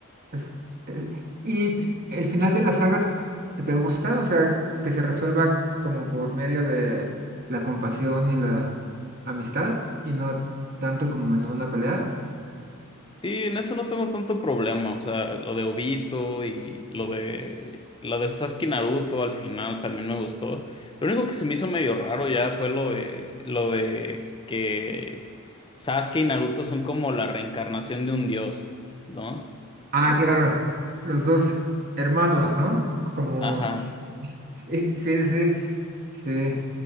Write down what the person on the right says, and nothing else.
Es- es- ¿Y el final de la saga te, te gusta? O sea, que se resuelva como por medio de la compasión y la amistad y no tanto como en una pelea.
Ah, claro, los dos hermanos, ¿no? Como,
sí, sí, sí, sí.